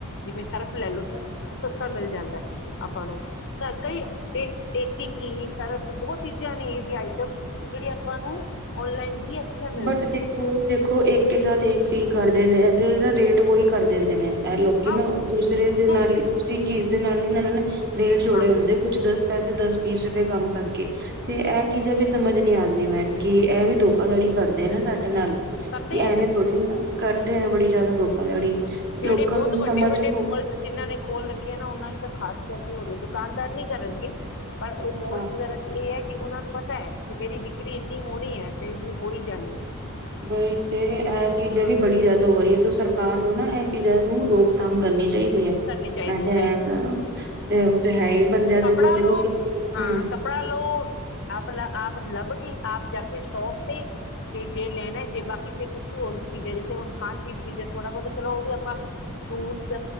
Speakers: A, on the left; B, on the right.
A: ਜਿਵੇਂ ਸਰਫ ਲੈ ਲੋ ਸਰ ਸਸਤਾ ਮਿਲ ਜਾਂਦਾ ਐ ਆਪਾਂ ਨੂੰ। <unintelligible> ਟਿੱਕੀ ਸਰਫ ਬਹੁਤ ਚੀਜ਼ਾਂ ਨੇ ਇਹਦੀ ਆਈਟਮ ਜਿਹੜੀ ਆਪਾਂ ਨੂੰ ਔਨਲਾਈਨ ਹੀ ਅੱਛੀਆਂ ਮਿਲਦੀਆਂ
B: ਬਟ ਦੇਖੋ
A: ਨੇ
B: ਦੇਖ ਖੋ ਇੱਕ ਸਾਥ ਇੱਕ ਫ੍ਰੀ ਕਰ ਦਿੰਦੇ ਨੇ ਤੇ ਰੇਟ ਵੋਹੀ ਕਰ ਦਿੰਦੇ ਨੇ। ਐਹ ਲੋਕੀ
A: ਹਾਂ
B: ਨਾ ਦੂਸਰੇ ਦੇ
A: ਉਦੋਂ
B: ਨਾਲ ਹੀ ਤੁਸੀਂ ਚੀਜ਼ ਦੇ ਨਾਲ ਇਹਨਾਂ ਨੇ ਰੇਟ ਜੋੜੇ
A: ਹਾਂ
B: ਹੁੰਦੇ ਕੁੱਝ ਦੱਸ ਪੈਸੇ ਦਸ ਬੀਸ ਰੁਪਏ ਕੰਮ ਕਰਕੇ ਤੇ ਐਹ ਚੀਜ਼ਾਂ ਵੀ ਸਮਝ ਨੀ ਆਉਂਦੀਆਂ ਮੈਨ ਕਿ ਐਹ ਵੀ ਧੋਖਾਧੜੀ ਕਰਦੇ ਨਾ ਸਾਡੇ ਨਾਲ।
A: ਕਰਦੇ
B: ਕਿ ਐਵੇਂ ਥੋੜੇ ਨਾ ਕਰ <inaudible> ਬੜੀ ਜ਼ਿਆਦਾ ਧੋਖਾਧੜੀ
A: ਹ ਜਿਹੜੀ
B: ਲੋਕਾਂ
A: ਬਹੁਤ
B: ਨੂੰ
A: ਵੱਡੇ
B: ਸਮਝ
A: ਵੱਡੇ
B: ਹੋ
A: ਮੋਲ ਜਿਨਾਂ ਨੇ ਖੋਲ ਰੱਖੇ ਆ ਨਾ ਉਹਨਾ ਚ ਤਾਂ ਖਾਸ ਕਰਕੇ ਹੋ ਰਹੀ ਦੋ ਦੁਕਾਨਦਾਰ ਨੀ ਕਰਨਗੇ। ਪਰ ਉਹ ਮੋਲਸ
B: ਹਾਂ
A: ਵਗੈਰਾ ਚ ਇਹ ਹੈ ਕਿ ਉਹਨਾਂ ਨੂੰ ਪਤਾ ਹੈ। ਕਿ ਮੇਰੀ ਵਿਕਰੀ ਇੰਨੀ ਹੋਣੀ ਹੈ ਤੇ ਇੰਨੀ ਹੋ ਹੀ ਜਾਣੀ ਹੈ।
B: ਬਈ ਤੇ ਇਹ ਚੀਜ਼ਾਂ
A: ਹਾਂ
B: ਵੀ ਬੜੀ ਜਿਆਦਾ ਹੋ ਰਹੀ ਆ ਜੋ ਸਰਕਾਰ ਨੂੰ ਨਾ ਇਹ ਚੀਜ਼ਾਂ ਨੂੰ ਰੋਕਥਾਮ ਕਰਨੀ ਚਾਹੀਦੀ ਹੈ
A: ਕਰਨੀ ਚਾਹੀਦੀ
B: ਮੈਂ
A: ਹੈ
B: ਤੇ ਇਹ ਕਹਾਂ, ਤੇ ਉਹ ਤੇ ਹੈ ਹੀ ਬੰਦਿਆਂ ਦੇ
A: ਕੱਪੜਾ
B: ਕੋਲ ਦੇਖੋ
A: ਲਓ
B: ਹੂੰ
A: ਹਾਂ, ਕੱਪੜਾ ਲਓ ਆ ਮਤਲਬ ਆਪ ਆਪ ਲੱਭ ਕੇ ਆਪ ਜਾ ਕੇ ਸ਼ੋਪ ਤੇ, ਤੇ ਜੇ ਲੈਣਾ ਜੇ ਬਾਕੀ ਜੇ ਕੁਛ ਵੀ ਹੋਰ ਵੀ ਚੀਜ਼ ਹੈ, ਜਿੱਥੇ ਹੁਣ ਖਾਣ- ਪੀਣ ਦੀ ਚੀਜ਼ਾਂ ਥੋੜਾ ਬਹੁਤਾ ਚਲੋ ਉਹ ਵੀ ਆਪਾਂ ਫਰੂਟਸ